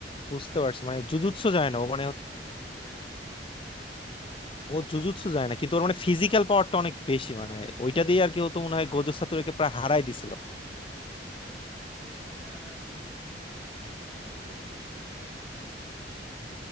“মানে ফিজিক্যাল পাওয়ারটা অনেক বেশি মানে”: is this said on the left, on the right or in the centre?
Left